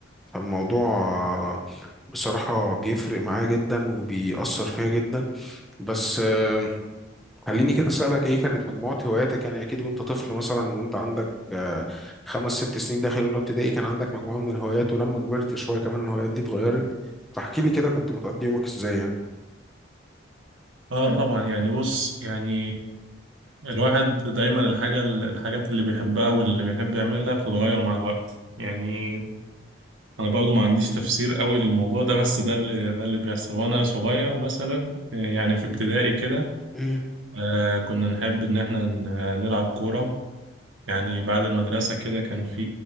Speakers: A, in the centre; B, on the right.
A: فالموضوع بصراحة بيفرق معايا جدا وبيأثر فيا جدا بس آه، خليني كده أسألك إيه كانت مجموعة هواياتك يعني أكيد وأنت طفل مثلا وأنت عندك آه، خمس ست سنين داخل أولى ابتدائي كان عندك مجموعة من الهوايات ولما كبرت شوية كمان الهوايات دي اتغيرت فاحكي لي كده كنت بتقضي يومك إزاي يعني
B: اه طبعا يعني بص يعني الواحد دايما الحاجة الحاجات اللي بيحبها واللي بيحب يعملها بتتغير مع الوقت يعني انا برضو ما عنديش تفسير قوي للموضوع ده بس ده اللي ده اللي بيحصل وانا صغير مثلا آه، يعني في ابتدائي كده
A: مم.
B: آه، كنا نحب ان احنا ن- آه، نلعب كورة يعني بعد المدرسة كده كان في